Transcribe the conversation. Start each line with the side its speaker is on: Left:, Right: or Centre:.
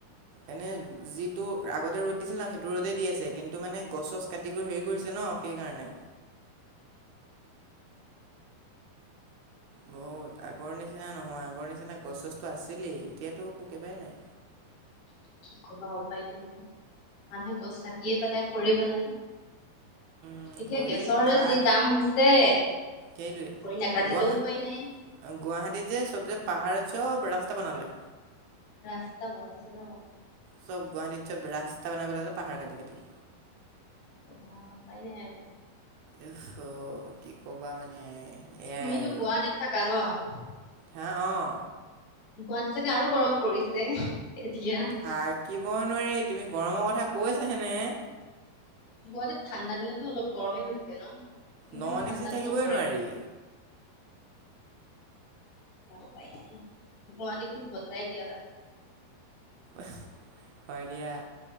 Right: এনে যিটো ৰা আগতে ৰ'দ দিছিল না সেইটো ৰ'দে দি আছে, কিন্তু মানে গছ চছ কাটি কৰি হেৰি কৰিছে ন অ', সেইকাৰণে
Left: <unintelligible>
Right: বহুত আগৰ নিচিনা নহয় আগৰ নিচিনা গছ চছটো আছিলেই, এতিয়াতোঁ একেবাৰে নাই।
Left: কি ক'বা উপায় টো নাই। মানুহে গছ কাটিয়ে পেলাই সৰি বনায়।
Right: উম,
Left: এতিয়া
Right: খৰি
Left: গেছৰে
Right: কাঠ
Left: যি দাম হৈছে।
Right: সেইটোৱে
Left: কৰি নাকাটিলেও
Right: গুৱাহা
Left: উপায় নাই
Right: আ গুৱাহাটীত যে চব যে পাহাৰত চব ৰাস্তা বনালে।
Left: ৰাস্তা বাইছে ন?
Right: চব গুৱাহাটীত চব ৰাস্তা বনাই পেলালে পাহাৰ কাটি কাটি।
Left: কি ক'বা উপায় নাই আৰু।
Right: উফ, অ', কি ক'বা মানে। এয়াই
Left: তুমিতোঁ
Right: আৰু
Left: গুৱাহাটীত থাকা ন?
Right: হা অ'।
Left: গোৱাঁত চাগে আৰু গৰম পৰিছে। এতিয়া
Right: থাকিবই নোৱাৰি তুমি গৰম কথা কৈছা হে নে?
Left: গুৱাহাটি ঠাণ্ডা দিনতো অলপ গৰমেই হৈ থাকে ন। ইমান
Right: নন
Left: ঠাণ্ডাতো
Right: এ চি থাকিবই
Left: নপৰে।
Right: নোৱাৰি
Left: গ, পাই গুৱাহাটীখন বদলাই দিয়া আৰু।
Right: <inaudible> হয় দিয়া